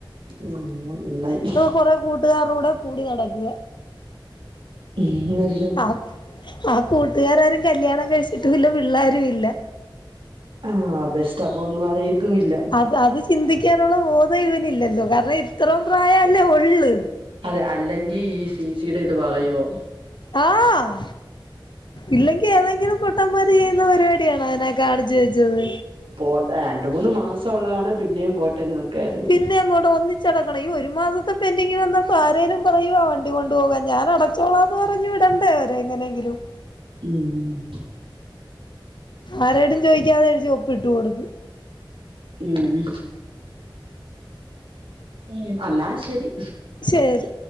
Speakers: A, on the right (about 75°); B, on the left (about 60°).
A: ഉംഹ് നന്നായി
B: കൊറേ കൂട്ടുകാരുടെ കൂടെ കൂടി നടക്കുക
A: <unintelligible>
B: ആ ആ കൂട്ടുകാരാരും കല്യാണം കഴിച്ചിട്ടും ഇല്ല പിള്ളാരും ഇല്ല
A: ആഹ് ബെസ്റ്റ് അപ്പൊ ഒന്നും അറിയത്തുമില്ല
B: അത് അത് ചിന്തിക്കാനുള്ള ബോധം ഇവനില്ലല്ലോ കാരണം ഇത്രയും പ്രായം അല്ലേ ഒള്ളു
A: അതെ അല്ലെങ്കിൽ ഈ സി സി യുടെ ഇത് കളയുവോ
B: ആഹ് ഇല്ലെങ്കിൽ ഏതെങ്കിലും പൊട്ടന്മാര് ചെയ്യുന്ന പരിപാടിയാണോ അവനാ കാണിച്ചു വെച്ചത്
A: പോ രണ്ടു മൂന്ന് മാസം ഉള്ളതാണെ പിന്നെയും പോട്ടേന്ന് വെക്കാരുന്നു
B: പിന്നെ അങ്ങോട്ട് ഒന്നിച്ചടക്കണം ഈ ഒരു മാസത്തെ പെൻഡിങ്ങ് വന്നപ്പോ ആരേലും പറയുവോ ആ വണ്ടി കൊണ്ടു പോകാൻ ഞാനട ച്ചോളാന്ന് പറഞ്ഞു വിടണ്ടേ അവരെ എങ്ങനെയെങ്കിലും
A: ഉംഹ്
B: ആരോടും ചോദിക്കാതെ എഴുതി ഒപ്പ് ഇട്ടു കൊടുത്തു
A: ഉംഹ് ഉംഹ് അന്നാ ശെരി
B: ശെരി